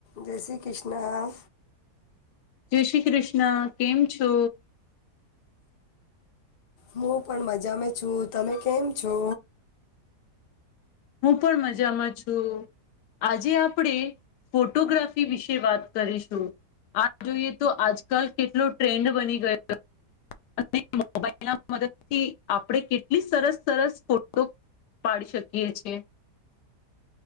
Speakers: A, on the left; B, on the left.
A: જય શ્રી કૃષ્ણ.
B: જય શ્રી કૃષ્ણ કેમ છો?
A: હું પણ મજામાં છું તમે કેમ છો?
B: હું પણ મજામાં છું. આજે આપણે ફોટોગ્રાફી વિશે વાત કરીશું. આ જોઈએ તો આજકાલ કેટલો ટ્રેન્ડ બની ગયો. અને મોબાઈલ ના મદદથી આપણે કેટલી સરસ સરસ ફોટો પાડી શકીએ છીએ.